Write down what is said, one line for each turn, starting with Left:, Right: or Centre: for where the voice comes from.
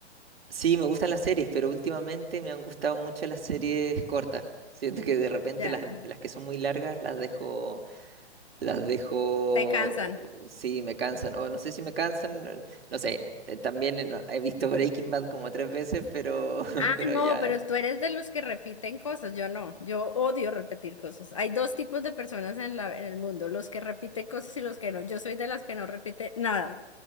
Right: Sí, me gustan las series, pero últimamente me han gustado mucho las series cortas. Siento que de repente
Left: Ya,
Right: las, las que son muy largas las dejo Las dejo,
Left: te cansan.
Right: sí, me cansan, o no sé si me cansan, no sé, eh, también en- he visto Breaking Bad como tres veces, pero, <laughs>
Left: Ah,
Right: pero
Left: no,
Right: ya,
Left: pero tú eres de los que repiten cosas, yo no, yo odio repetir cosas. Hay dos tipos de personas en la, en el mundo, los que repiten cosas y los que no. Yo soy de las que no repite nada,